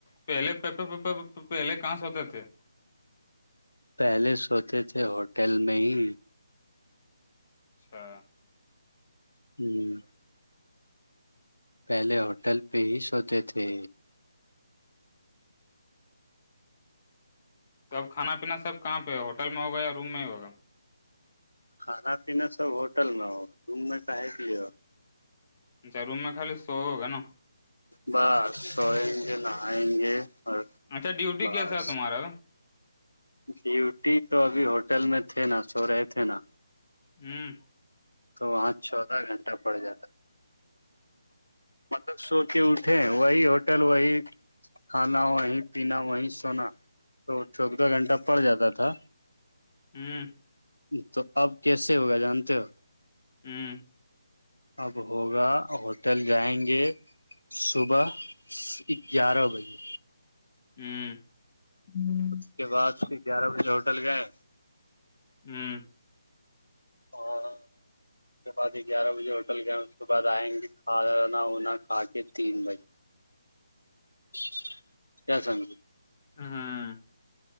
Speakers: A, on the left; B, on the left.
A: پہلے پیپ پ پہلے کہاں س ہوتے تھے
B: پہلے سوتے تھے ہوٹل میں ہی
A: اچھا
B: ہوں پہلے ہوٹل پہ ہی سوتے تھے
A: تو اب کھانا پینا سب کہاں پہ ہوٹل میں ہوگا یا روم میں ہی ہوگا
B: کھانا پیینا سب ہوٹل میں ہو روم میں کہے کے لی
A: اچھا روم میں خالی سو ہوگا نا
B: بس سوئیں گے نہائیں گے اور
A: اچھا ڈیوٹی
B: بس
A: کیسا ہے تمہارا
B: ڈیوٹی تو ابھی ہوٹل میں تھے نا سو رہے تھے نا
A: ہوں
B: تو وہاں چودہ گھنٹہ پڑ جاتا مطلب سو کے اٹھے وہی ہوٹل وہی کھانا وہی پینا وہی سونا تو چودہ گھنٹہ پڑ جاتا تھا
A: ہوں
B: تو اب کیسے ہوگا جانتے ہو
A: ہوں
B: اب ہوگا ہوٹل جائیں گے صبح گیارہ بجے
A: ہوں
B: اس کے بعد پھر گیارہ بجے ہوٹل گئے
A: ہوں
B: اور اس کے بعد گیارہ بجے ہوٹل گئے اس کے بعد آئیں گے کھانا ونا آکے تین بجے <inaudible> کیا سگے
A: ہاں